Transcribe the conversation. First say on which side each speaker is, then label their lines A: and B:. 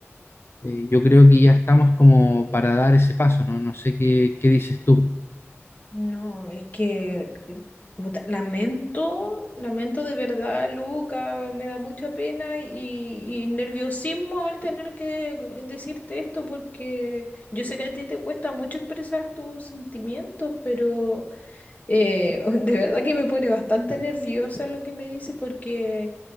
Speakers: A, on the left (about 55°); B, on the left (about 35°).
A: eh, yo creo que ya estamos como para dar ese paso, ¿no? No sé qué, qué dices tú.
B: No, es que eh, puta, lamento, lamento de verdad, Luca, me da mucha pena y, y nerviosismo al tener que decirte esto porque yo sé que a ti te cuesta mucho expresar tus sentimientos, pero eh, <laughs> de verdad que me pone bastante nerviosa lo que me dices porque